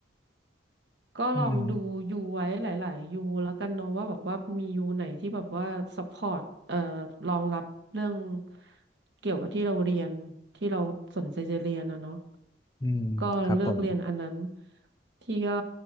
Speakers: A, on the right; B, on the left.
A: ก็ลองดูยูไว้หลายๆยูแล้วกันเนาะว่าแบบว่ามียูไหนที่แบบว่าซัพพอร์ตเอ่อ
B: อืม
A: รองรับเรื่องเกี่ยวกับที่เราเรียนที่เราสนใจจะเรียนนะเนาะ
B: อืมครับผม
A: ก็เลือกเรียนอันนั้นที่ก็